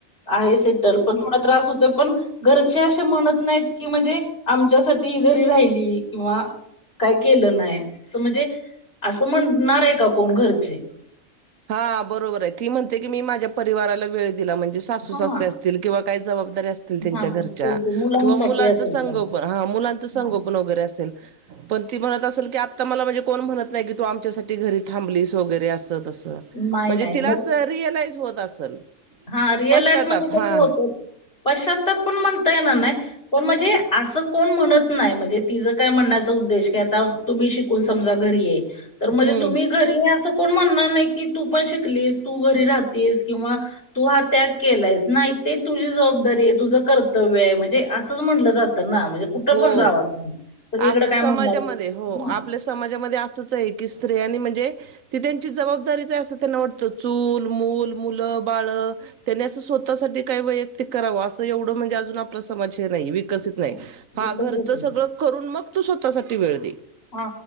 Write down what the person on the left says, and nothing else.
आहे सिटल पण थोडा त्रास होतो पण, घरचे असे म्हणत नाहीत की म्हणजे आमच्यासाठी घरी राहिली किंवा काय केलं नाह म्हणजे असं म्हणणार आहे का कोण घरचे.
हा
हा
असतील ते मुलांसाठी
असेल
पण
हा
नाही
नाही
हा रिअलाईज
मध्ये
कसं होत पश्चात्ताप पण म्हणता ये ना नाही. पण म्हणजे असं कोण म्हणत नाही म्हणजे काय म्हणण्याचा उद्देश की आता, तुम्ही शिकून समजा घरी ये. तर म्हणजे
तुम्ही घरी असं कोण म्हणणार नाही की तू पण शिकलीस तू घरी राहतेस किंवा तू हा त्याग केलायस नाही ते तुझी जबाबदारी आहे तुझं कर्तव्य आहे म्हणजे असंच म्हटलं जातं ना म्हणजे कुठं
पण जावा तुम्ही. सगळीकडे
काय
म्हणणार?
हां,
हां.
विकसित
नाही.
हा